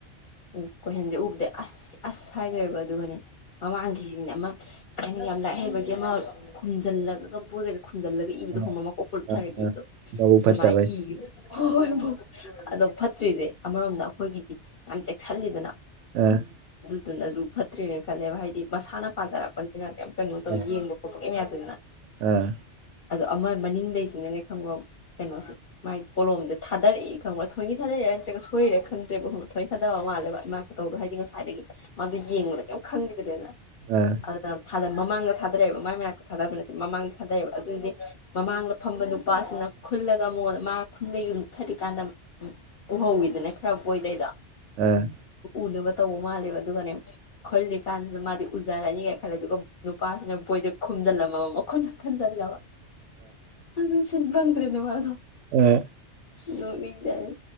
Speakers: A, on the left; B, on the right.
A: ꯎꯝ ꯀꯣꯏꯁꯟꯁꯦ ꯎꯕꯗ ꯑꯁ ꯑꯁ ꯍꯥꯏꯈ꯭ꯔꯦꯕ ꯑꯗꯨꯒꯅꯦ ꯃꯃꯥꯡꯒꯤꯁꯤꯅꯦ ꯑꯃ ꯀꯩ ꯍꯥꯏꯅꯤ ꯌꯥꯝ ꯂꯥꯏꯔꯤꯛ ꯍꯩꯕꯒꯤ ꯑꯃ ꯈꯨꯝꯖꯤꯜꯂꯒꯒ ꯕꯣꯏꯒꯖꯦ ꯈꯨꯝꯖꯤꯜꯂꯒ ꯏꯕꯗꯣ
B: ꯑꯥ
A: ꯈꯪꯕ꯭ꯔ ꯃꯀꯣꯛꯀ ꯂꯨꯛꯊꯔꯒ
B: ꯑꯥ
A: ꯏꯕꯗꯣ
B: ꯃꯕꯨꯛ
A: ꯑꯗꯨꯃꯥꯏꯅ
B: ꯐꯠꯇꯕꯩ
A: ꯏ ꯐꯥꯎ ꯑꯗꯣ ꯐꯠꯇ꯭ꯔꯤꯁꯦ ꯑꯃꯔꯣꯝꯗ ꯑꯩꯈꯣꯏꯒꯤꯗꯤ ꯌꯥꯝ ꯆꯦꯛꯁꯤꯜꯂꯤꯗꯅ
B: ꯑꯥ
A: ꯑꯗꯨꯅꯁꯨ ꯐꯠꯇ꯭ꯔꯔꯤꯅꯦ ꯈꯜꯂꯦꯕ ꯍꯥꯏꯗꯤ ꯃꯁꯥꯅ ꯄꯥꯖꯔꯛꯄꯅꯤꯅ ꯀꯦꯝ ꯀꯩꯅꯣ ꯇꯧ
B: ꯑꯥ
A: ꯌꯦꯡꯕ ꯈꯣꯠꯄ ꯀꯦꯝ ꯌꯥꯗꯦꯗꯅ
B: ꯑꯥ
A: ꯑꯗꯣ ꯑꯃ ꯃꯅꯤꯡꯗꯩꯁꯤꯅꯅꯦ ꯈꯪꯕ꯭ꯔꯣ ꯀꯩꯅꯣꯁꯦ ꯃꯥꯒꯤ ꯀꯣꯝꯁꯦ ꯊꯥꯔꯛꯏ ꯈꯪꯕ꯭ꯔꯥ ꯊꯣꯑꯣꯏꯒꯤ ꯊꯥꯗꯩꯔꯥ ꯅꯠꯇ꯭ꯔꯒ ꯁꯣꯏꯔꯥ ꯈꯪꯗ꯭ꯔꯦꯕ ꯈꯪꯕ꯭ꯔꯥ ꯊꯋꯣꯏ ꯊꯗꯕ ꯃꯥꯜꯂꯕ ꯃꯥ ꯑꯗꯨ ꯍꯥꯏꯗꯤ ꯉꯁꯥꯏꯗꯒꯤ ꯃꯥꯗꯣ ꯌꯦꯡꯕꯗ ꯀꯦꯝ ꯈꯪꯈꯤꯗ꯭ꯔꯦꯅ
B: ꯑꯥ
A: ꯑꯗꯨꯅ ꯃꯃꯥꯡꯗ ꯊꯥꯗꯔꯛꯑꯦꯕ ꯃꯥꯏ ꯃꯅꯥꯛꯇ ꯊꯥꯗꯕ ꯅꯠꯇꯦ ꯃꯃꯥꯡꯗ ꯊꯥꯗꯩꯑꯦꯕ ꯑꯗꯨꯏꯗꯤ ꯃꯃꯥꯡꯗ ꯐꯝꯕ ꯅꯨꯄꯥꯁꯤꯅ ꯈꯨꯜꯂꯒ ꯃꯉꯣꯟꯗ ꯃꯥ ꯈꯨꯟꯕ ꯂꯨꯛꯊꯔꯤꯀꯥꯟꯗ ꯎꯝ ꯎꯍꯧꯋꯤꯗꯅ ꯈꯔ ꯕꯣꯏꯗꯩꯗꯣ
B: ꯑꯥ
A: ꯎꯅꯕ ꯇꯧꯕ ꯃꯥꯜꯂꯦꯕ ꯑꯗꯨꯒꯅꯦ ꯈꯜꯂꯤ ꯀꯥꯟꯁꯤꯗ ꯃꯥꯗꯤ ꯎꯖꯔꯅꯤꯒꯥꯏꯅ ꯈꯜꯂꯦ ꯑꯗꯨꯒ ꯅꯨꯄꯥꯁꯤꯅ ꯕꯣꯏꯖꯦ ꯈꯨꯝꯖꯤꯜꯂꯝꯃꯕ ꯃꯈꯨꯠꯅ ꯈꯟꯖꯟꯖꯕ ꯑꯗꯨ ꯁꯤꯟ ꯐꯪꯗ꯭ꯔꯦꯅ ꯃꯥꯗꯣ
B: ꯑꯦ
A: ꯅꯣꯛ ꯅꯤꯡꯖꯥꯠꯅꯤ